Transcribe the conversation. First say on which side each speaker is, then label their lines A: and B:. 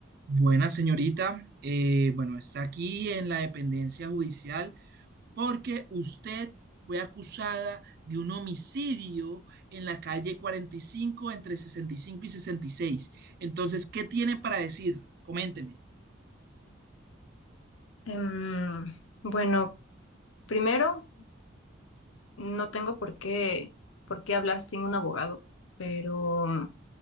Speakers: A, on the right; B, on the left.
A: Buena señorita, Eh, bueno, está aquí en la dependencia judicial porque usted fue acusada de un homicidio en la calle 45 entre sesenta y cinco y y sesenta y seis. Entonces, ¿qué tiene para decir? Coménteme.
B: Em, bueno, primero, no tengo por qué, por qué hablar sin un abogado, pero mm,